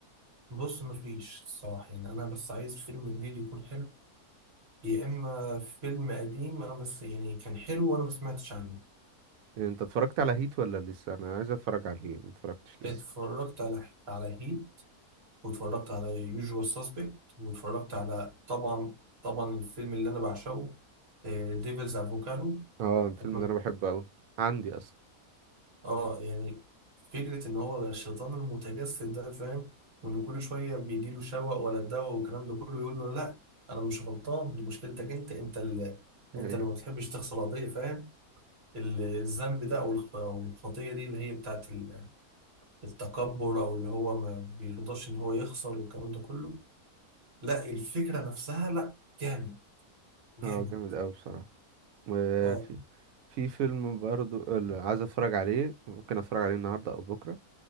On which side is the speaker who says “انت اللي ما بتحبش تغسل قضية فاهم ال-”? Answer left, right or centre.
Right